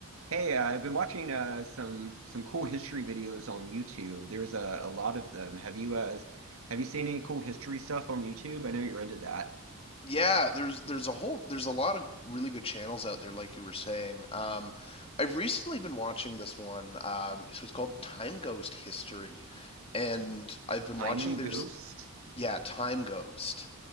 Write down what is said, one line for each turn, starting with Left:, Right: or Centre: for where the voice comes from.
Right: Hey, uh, I've been watching uh, some some cool history videos on YouTube. There's a, a lot of them. Have you uh, have you seen any cool history stuff on YouTube? I know you're into that.
Left: Yeah, there's there's a whole there's a lot of really good channels out there, like you were saying. Um, I've recently been watching this one. Um, so it's called Time Ghost History, and I've been
Right: Time
Left: watching. There's
Right: Ghost?
Left: yeah, Time Ghost.